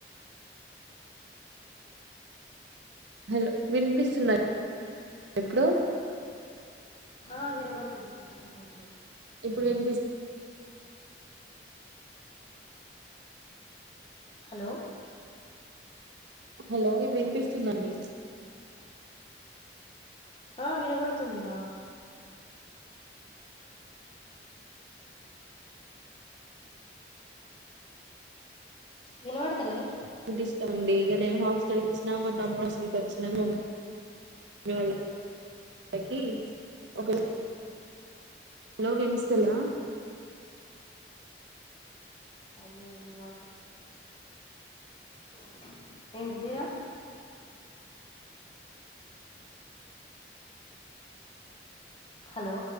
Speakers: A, on the right; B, on the left.
A: హలో వినిపిస్తుందా ఇప్పుడు
B: ఆ వినబడుతుంది కొంచెం కొంచెం
A: ఇప్పుడు వినిపిస్
B: హలో
A: హలో వినిపిస్తుందండి
B: ఆ వినబడుతుందిరా వినపడుతలే
A: వినిపిస్తుంది ఇగ నేను హాస్టల్ కి వచ్చిన మా తమ్ముడు సీటు వచ్చిందని పో మీవాల్ నాకి ఒకళ్ళు హలో వినిపిస్తుంద
B: అయ్యెయ్యో <unintelligible> ఏంటిది రా హలో